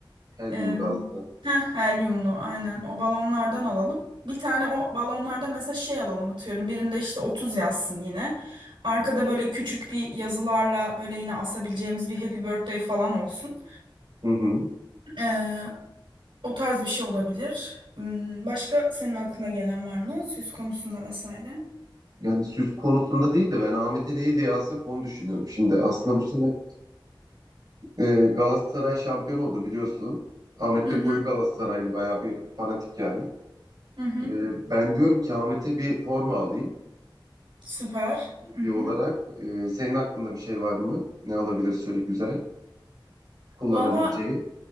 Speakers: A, on the right; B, on the right.
A: Helyum
B: eee
A: gazlı.
B: heh, helyumlu aynen o balonlardan alalım. Bir tane o balonlarda mesela şey alalım atıyorum. Birinde işte 30 yazsın yine. Arkada böyle küçük bir yazılarla böyle yine asabileceğimiz bir Happy Birthday falan olsun.
A: Hı hı.
B: Ee, o tarz bir şey olabilir. Hmm, Başka senin aklına gelen var mı? Süs konusunda vesaire.
A: Yani süs konusunda değil de ben Ahmet'e ne hediye alsak onu düşünüyorum. Şimdi aslında bu sene Ee, Galatasaray şampiyon oldu biliyorsun. Ahmet
B: Hı
A: de
B: hı,
A: koyu Galatasaraylı bayağı bir fanatik yani.
B: hı hı.
A: Ee, ben diyorum ki Ahmet'e bir forma alayım
B: Süper.
A: hediye
B: Hı hı.
A: olarak. Ee, senin aklında bir şey var mı? Ne alabilir şöyle güzel kullanabileceği?
B: Valla